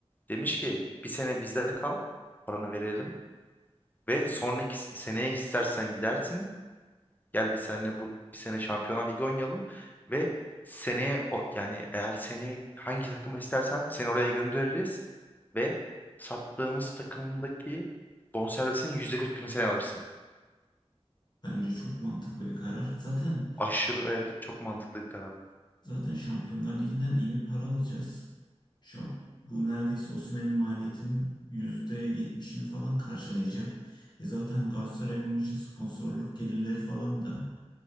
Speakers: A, on the left (about 15°); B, on the left (about 40°).
A: Demiş ki bir sene bizde kal, paranı verelim ve sonraki s- seneye istersen gidersin. Gel bir sene bu bir sene Şampiyonlar Ligi oynayalım ve seneye o- yani eğer seneye hangi takımı istersen seni oraya göndeririz ve sattığımız takımdaki bonservisin yüzde kırkını sen alırsın.
B: Bence çok mantıklı bir karar. Zaten
A: Aşırı evet çok mantıklı bir karar.
B: Zaten Şampiyonlar Ligi'nden iyi bir para alacağız. Şu an bu neredeyse Osimhen'in maliyetinin yüzde yetmişini falan karşılayacak. E zaten Galatasaray bunun için sponsorluk gelirleri falan da